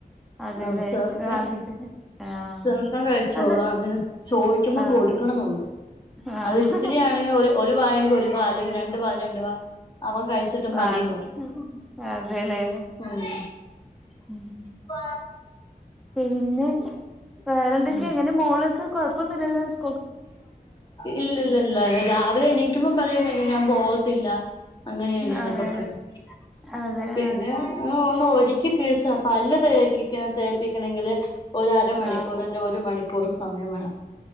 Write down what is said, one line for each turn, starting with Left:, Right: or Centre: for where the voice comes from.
Centre: അതെല്ലേ
Left: ആഹ് ചെറുക്കൻ
Centre: ആഹ് ആഹ്
Left: ചെറുക്കൻ കഴിച്ചോളും
Centre: അത്
Left: അഹ് ചോയിക്കുമ്പോം
Centre: ആഹ്
Left: കൊടുക്കണന്നള്ളൂ.
Centre: ആഹ്
Left: അത് ഇച്ചിരിയാണെങ്കിൽ ഒരു വാ യെങ്കിൽ ഒരു വാ അല്ലെങ്കിൽ രണ്ടു വാ രണ്ടു വാ അവൻ കഴിച്ചിട്ട് മതി
Centre: ആണ്
Left: പരിം
Centre: അതെല്ലേ
Left: ഉമ്
Centre: ഉം ഉം
Left: പ
Centre: പിന്നെ വേറെ എന്തൊക്കെ
Left: ഉം
Centre: എങ്ങനെ മോളൊക്കെ കൊഴപ്പൊന്നുംല്ലല്ലോ സ്
Left: ഇല്ലല്ല ഇല്ല രാവിലെ എണീക്കുമ്പം പറയുംപിന്നെ ഞാൻ പോകത്തില്ല അങ്ങനെയനെയന്നൊക്കെ
Centre: അതെല്ലേ
Left: പറയും
Centre: അതെ
Left: പിന്നെ
Centre: ആഹ്
Left: ഒന്നോ ഒരിക്കി നീച പല്ല് തേപ്പിക്കണെങ്കില് ഒരുഅര മണിക്കൂറ്
Centre: ആഹ്
Left: ഒരു മണിക്കൂറ് സമയം വേണം.